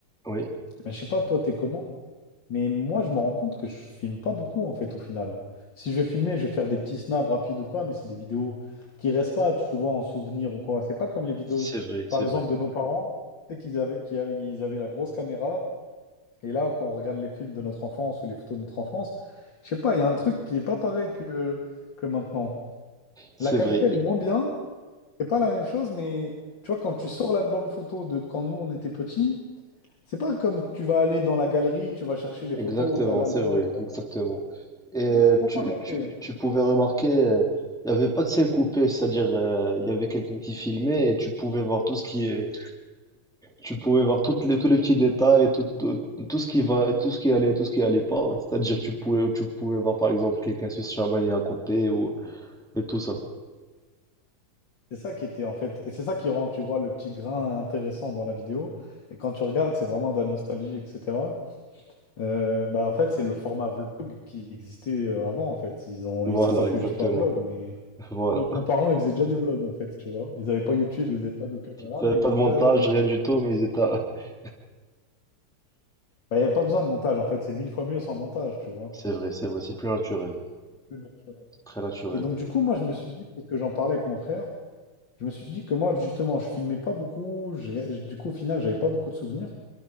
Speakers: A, in the centre; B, on the left.
A: Oui,
B: Mais je sais pas, toi, t'es comment? Mais moi, je me rends compte que je filme pas beaucoup, en fait, au final. Si je vais filmer, je vais faire des petits snaps rapides ou quoi, mais c'est des vidéos qui restent pas, tu vois, en souvenir ou quoi. C'est pas comme les vidéos,
A: c'est vrai,
B: par
A: c'est
B: exemple,
A: vrai.
B: de nos parents, c'est qu'ils avaient, qu'ils avaient ils avaient la grosse caméra. Et là, quand on regarde les films de notre enfance ou les photos de notre enfance, je sais pas, il y a un truc qui est pas pareil que, que maintenant.
A: C'est
B: La qualité,
A: vrai.
B: elle est moins bien. C'est pas la même chose, mais tu vois, quand tu sors l'album photo de quand nous, on était petits, c'est pas comme tu vas aller dans la galerie, tu vas chercher les photos,
A: Exactement,
B: tu as l'album.
A: c'est vrai, exactement. Et euh,
B: Ah Oui, C'est pas
A: tu,
B: pareil.
A: tu,
B: hein.
A: tu pouvais remarquer, euh, il n'y avait pas de scène coupée, c'est-à-dire euh, il y avait quelqu'un qui filmait et tu pouvais voir tout ce qui est, tu pouvais voir toutes les, tous les petits détails et tout, tout, tout ce qui va, tout ce qui allait, tout ce qui allait pas. C'est-à-dire tu pouvais, tu pouvais voir par exemple quelqu'un se chamailler à côté ou et tout ça.
B: C'est ça qui était en fait, et c'est ça qui rend, tu vois, le petit grain intéressant dans la vidéo. Et quand tu regardes, c'est vraiment de la nostalgie, etc. Euh, bah, en fait, c'est le format vlog qui existait euh, avant, en fait. Ils ont,
A: Voilà,
B: ça s'appelait
A: exactement.
B: juste pas vlog, mais
A: <laughs> Voilà.
B: nos parents, ils faisaient déjà des vlogs, en fait, tu vois. Ils n'avaient pas YouTube, ils n'avaient pas de caméra,
A: Ils n'avaient
B: mais
A: pas
B: ils faisaient
A: de montage,
B: déjà des vlogs.
A: rien du tout, mais ils étaient. <laughs>
B: Bah, il n'y a pas besoin de montage, en fait. C'est mille fois mieux sans montage, tu vois.
A: C'est vrai, c'est vrai, c'est plus naturel,
B: Plus naturel.
A: c'est très naturel.
B: Et donc, du coup, moi, je me suis dit, parce que j'en parlais avec mon frère, je me suis dit que moi, justement, je filmais pas beaucoup. j'ai- Du coup, au final, j'avais pas beaucoup de souvenirs.